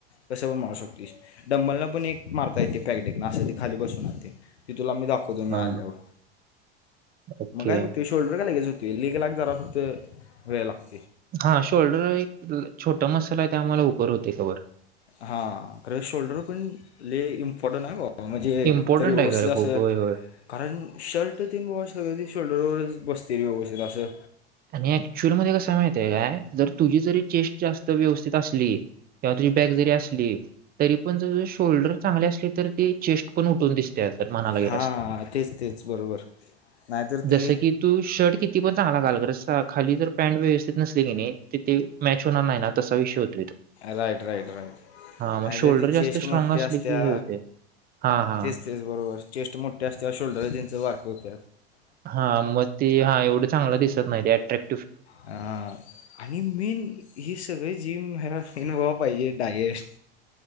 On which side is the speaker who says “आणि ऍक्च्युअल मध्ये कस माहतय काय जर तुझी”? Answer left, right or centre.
Right